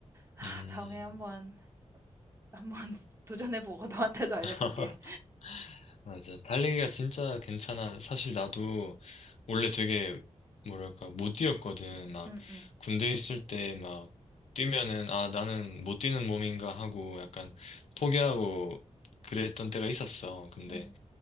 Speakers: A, on the right; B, on the left.
A: 아,
B: 음.
A: 다음에 한번, 한번 <laughs> 도전해보고 너한테도 알려줄게.
B: <laughs> 맞아. 달리기가 진짜 괜찮아. 사실 나도 원래 되게, 뭐랄까, 못 뛰었거든. 막,
A: 응, 응,
B: 군대 있을 때 막, 뛰면은, 아, 나는 못 뛰는 몸인가 하고 약간 포기하고 그랬던 때가 있었어. 근데
A: 응.